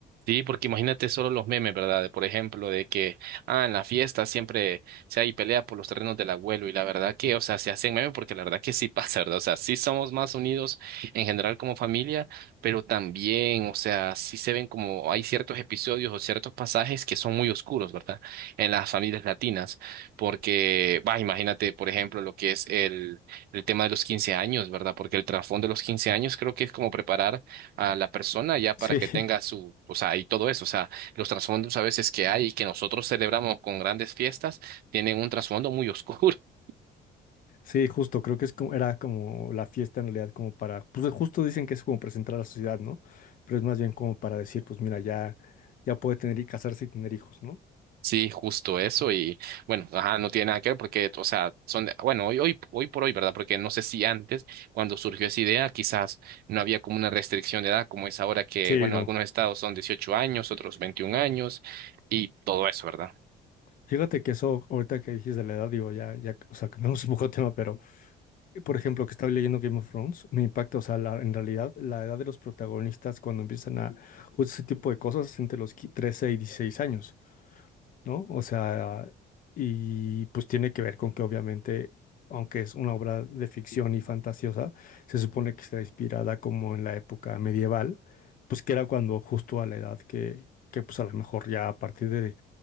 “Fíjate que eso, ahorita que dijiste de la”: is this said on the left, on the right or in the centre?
Left